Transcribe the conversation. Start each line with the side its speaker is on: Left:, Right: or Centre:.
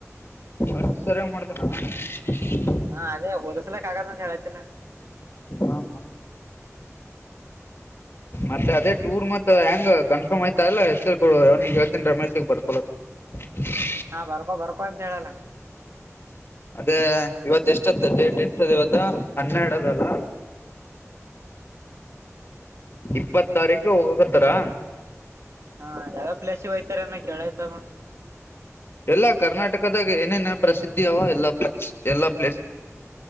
Left: ವರ್ಕ್ ಸರಿಯಾಗಿ ಮಾಡ್ತಾನ ಏನೋ <inaudible>
Right: ಹಾ ಅದೇ ಹೋಲಿಸಲಾಗುವುದಿಲ್ಲ ಅಂತ ಹೇಳುತ್ತಿಲ್ಲ
Left: ಹಾ ಹಾ ಮತ್ತೆ ಅದೇ ಟೂರ್ ಮತ್ತ ಹೆಂಗ್ ಕನ್ಫರ್ಮ್ ಆಯ್ತ ಇಲ್ಲ ಹೆಸರ ಕೊಡು ಅವನಿಗೆ ಹೇಳ್ತೇನಿ ರಮೇಶಗ್ ಬರ್ಕೊಳಾಕ್. <unintelligible>
Right: ಹಾ ಬರ್ಕೊ ಬರ್ಕೊ ಅಂತ ಹೇಳಲ.
Left: ಅದೇ ಇವತ್ತೆಷ್ಟ. ಎಷ್ಟಂತ ಡೇಟ್ ಎಷ್ಟದ ಇವತ್ತ ಹನ್ನೆರಡು ಅದಲ್ಲ. ಇಪ್ಪತ್ ತಾರೀಕ ಹೋಗಾಕತ್ತಾರಾ.
Right: ಹಾ ಯಾವ ಪ್ಲಸಿಗೆ ಹೋಯ್ತಿರಿ ಅನ್ನ ಕೇಳಾಯ್ತರ ನೋಡ.
Left: ಎಲ್ಲಾ ಕರ್ನಾಟಕದಾಗ ಏನೇನ ಪ್ರಸಿದ್ಧಿ ಅವ ಎಲ್ಲಾ ಪ್ಲೇಸ್. ಎಲ್ಲಾ ಪ್ಲೇಸ್